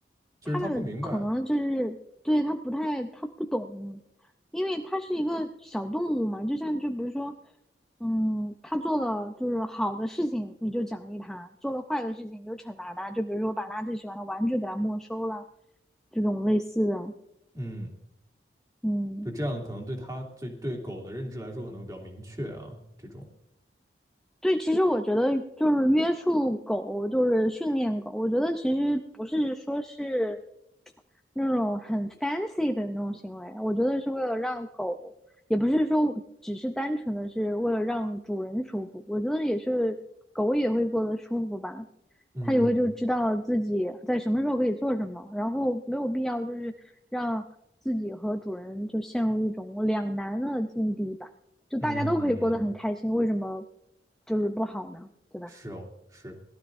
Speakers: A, on the right; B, in the centre.
A: 就是他不明白。
B: 他们可能就是对他不太他不懂，因为他是一个小动物嘛，就像就比如说，嗯，他做了就是好的事情你就奖励他，做了坏的事情你就惩罚他，就比如说把他最喜欢的玩具给他没收了，这种类似的，
A: 嗯，
B: 嗯。
A: 就这样可能对他对对狗的认知来说可能会比较明确啊，这种。
B: 对，其实我觉得就是约束狗，就是训练狗。我觉得其实不是说是那种很 fancy 的那种行为，我觉得是为了让狗，也不是说只是单纯的是为了让主人舒服。我觉得也是狗也会过得舒服吧，
A: 嗯
B: 它也会就知道自己在什么时候可以做什么，然后没有必要就是让自己和主人就陷入一种两难的境地吧。就大家都可以过得很开心，
A: 嗯，
B: 为什么就是不好呢？对吧？
A: 是哦，是。